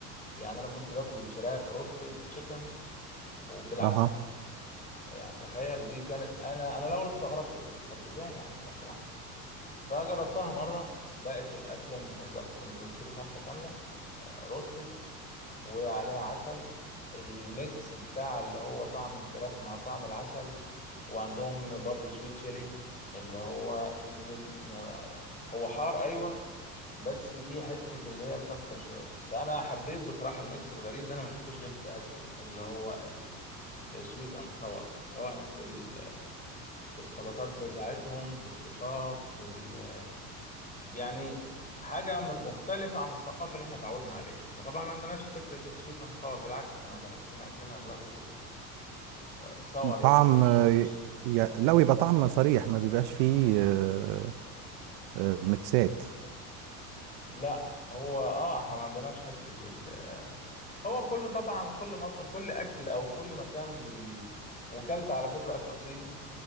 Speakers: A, on the left; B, on the right.
A: يعني انا كنت باكل الفراخ روستد تشيكن وبالعسل
B: أها
A: يعني تخيل دي كانت انا انا الاول استغربت قلت طب ازاي يعني فراخ بالعسل فجربتها مره بقت الاكله المفضله كنت بشتري فرخه كامله روستد وعليها عسل الميكس بتاع اللي هو طعم الفراخ مع طعم العسل وعندهم برضو سويت تشيلي اللي هو فلفل ما- هو حار ايوه بس في حتة اللي هي مسكر شوية فانا حبيت بصراحة الميكس الغريب ده انا ما شفتوش غير في اسيا اللي هو السويت اند ساور سواء في ال- في السلطات بتاعتهم في الصوصات في ال يعني حاجة م- مختلفة عن الثقافة اللي احنا اتعودنا عليها احنا طبعا ما عندناش فكرة السويت اند صور بالعكس انا بحس ان اكلنا اغلبه صور يعني
B: طعم
A: مش
B: آه،
A: مش
B: ي...
A: سويت
B: ي- لا ويبقى طعم صريح ما بيبقاش فيه آه، آه، ميكسات
A: لا هو اه احنا ما عندناش حتة ال آه، هو كل طبعا كل مط... كل اكل او كل مكان بي وكلت على فكرة اكل صيني